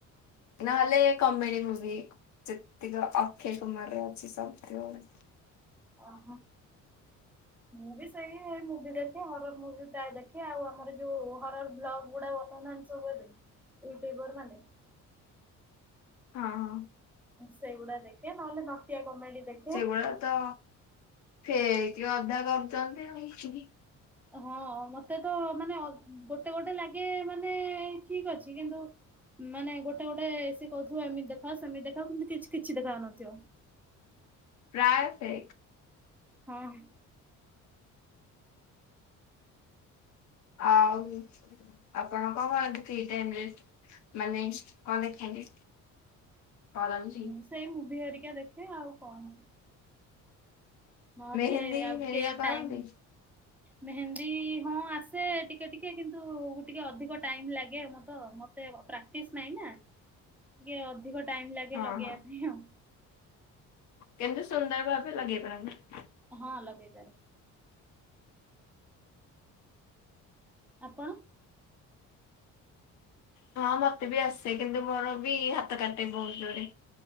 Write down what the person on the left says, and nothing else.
ନହେଲେ କମେଡି ମୁଭିି। ଯେତିକି ଅକ୍ଷୟ କୁମାର ଅଛି ସବୁ।
<inaudible>
ହଁ।
ସେଗୁଡାତ ସେଇ <unintelligible> କରୁଛନ୍ତି ଆଉ।
ପ୍ରାୟ ସେ।
ଆଉ ଆପଣ କଣ କରନ୍ତି ଫ୍ରି ଟାଇମରେ? ମାନେ କଣ ଦେଖାନ୍ତି, କରନ୍ତି?
ମେହେନ୍ଦୀ
ହେରିକା
କରନ୍ତି?
ହଁ
ହଁ।
କିନ୍ତୁ ସୁନ୍ଦର ଭାବେ ଲଗେଇ ପାରନ୍ତି।
ହଁ ମତେ ବି ଆସେ କିନ୍ତୁ ମୋର ବି ହାତ କାଟେ ବହୁତ ଜୋରେ।